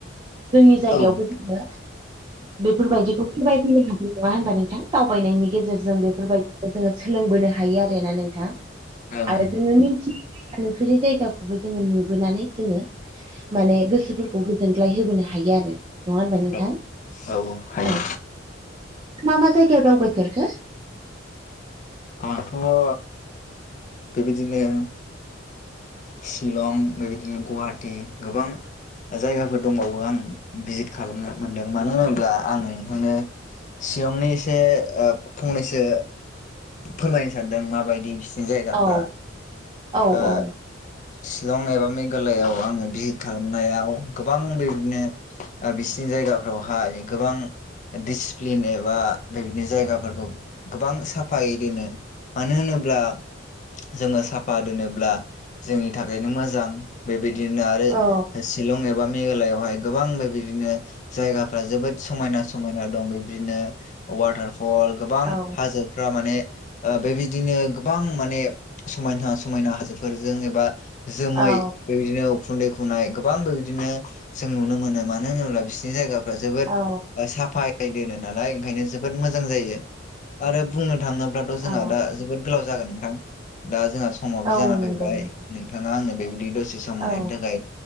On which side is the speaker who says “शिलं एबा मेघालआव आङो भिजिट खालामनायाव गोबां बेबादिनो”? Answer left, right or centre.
Left